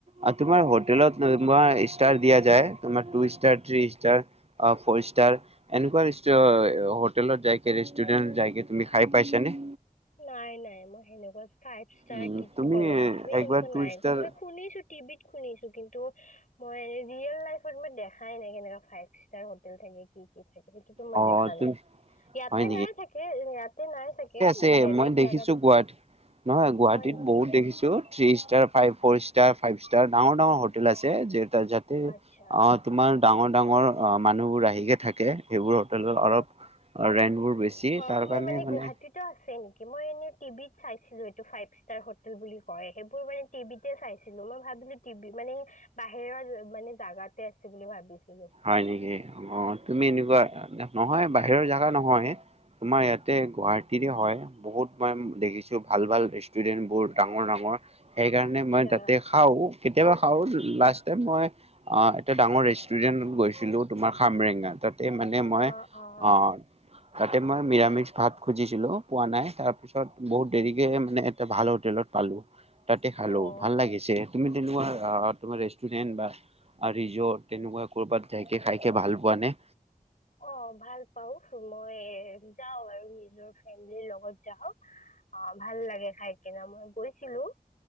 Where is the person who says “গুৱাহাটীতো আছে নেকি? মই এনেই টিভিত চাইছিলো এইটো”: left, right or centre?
Left